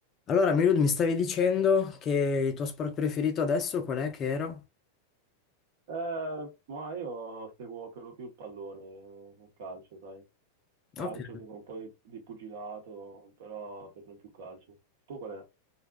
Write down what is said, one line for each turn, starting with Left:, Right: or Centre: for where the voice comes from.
Left: Allora, Milud, mi stavi dicendo che il tuo sport preferito adesso qual è che era?
Right: Eh, ma io seguo per lo più il pallone, il calcio, sai. Calcio,
Left: Ok.
Right: seguo un po' di, di pugilato, però per lo più calcio. Tu qual è?